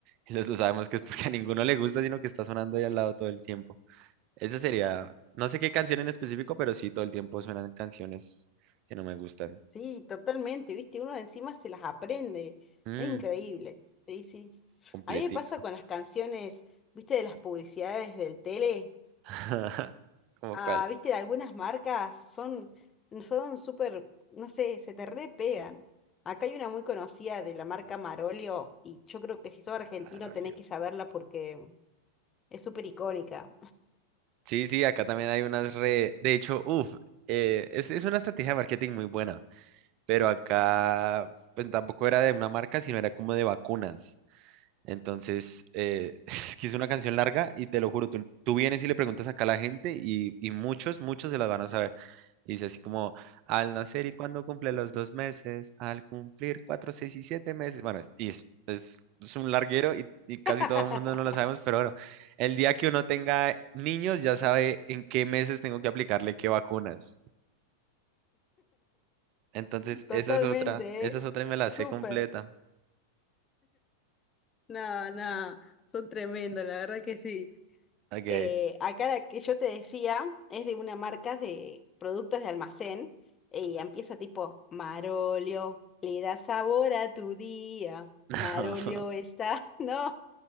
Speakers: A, on the right (about 40°); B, on the left (about 25°).
A: y los dos sabemos que es porque a ninguno le gusta, sino que está sonando ahí al lado todo el tiempo. Esa sería, no sé qué canción en específico, pero sí todo el tiempo suenan canciones que no me gustan.
B: Sí, totalmente, viste, uno encima se las aprende,
A: Mm,
B: es increíble, sí, sí.
A: completica.
B: A mí me pasa con las canciones, viste, de las publicidades del tele,
A: <laughs> ¿Cómo
B: ah,
A: cuál?
B: viste, de algunas marcas son, son súper, no sé, se te re pegan. Acá hay una muy conocida de la marca Marolio y yo creo que si sos argentino
A: Farolio.
B: tenés que saberla porque es súper icónica.
A: Sí, sí, acá también hay unas re... De hecho, uff, es, es una estrategia de marketing muy buena pero acá pues, tampoco era de una marca, sino era como de vacunas. Entonces, eh, <laughs> es que es una canción larga y te lo juro, tú, tú vienes y le preguntas acá a la gente y, y muchos, muchos se las van a saber. Y dice así como, al nacer y cuando cumple los dos meses, al cumplir cuatro, seis y siete meses. Bueno, y es, es, es un larguero y, y casi
B: <laughs>
A: todo el mundo no lo sabemos, pero bueno, el día que uno tenga niños ya sabe en qué meses tengo que aplicarle qué vacunas. Entonces,
B: Totalmente,
A: esa es otra, esa
B: ¿eh?
A: es otra y me la
B: Súper.
A: sé completa.
B: Nada, nada, son tremendos, la verdad que sí.
A: Ok.
B: Eh, acá la que yo te decía es de una marca de productos de almacén y empieza tipo, Marolio, le da sabor a tu día,
A: <laughs>
B: Marolio está, <laughs> no,